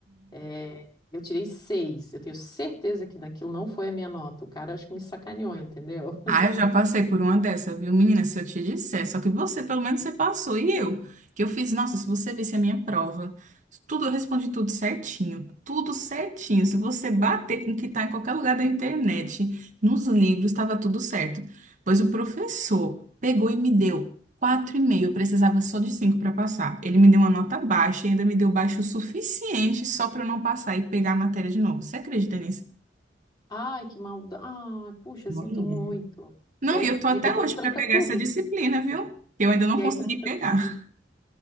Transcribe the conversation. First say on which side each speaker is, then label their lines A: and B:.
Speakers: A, on the left (about 25°); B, on the right (about 45°).
A: eh, eu tirei seis. Eu tenho certeza que naquilo não foi a minha nota. O cara acho que me sacaneou, entendeu?
B: Ah, eu já passei por uma dessa, viu, menina? Se eu te disser, só que você, pelo menos, você passou. E eu, que eu fiz, nossa, se você visse a minha prova, tudo, eu respondi tudo certinho, tudo certinho. Se você bater com o que tá em qualquer lugar da internet, nos livros, estava tudo certo. Pois o professor pegou e me deu quatro e meio, eu precisava só de cinco para passar. Ele me deu uma nota baixa e ainda me deu baixo o suficiente só para eu não passar e pegar a matéria de novo. Você acredita nisso?
A: Ai, que maldade. Ai, puxa,
B: Olha.
A: sinto muito.
B: Não,
A: E aí,
B: e eu tô até
A: e depois
B: hoje
A: tranca
B: para pegar
A: tudo.
B: essa disciplina, viu? Que Eu ainda não
A: E aí
B: consegui
A: tranca
B: pegar.
A: tudo.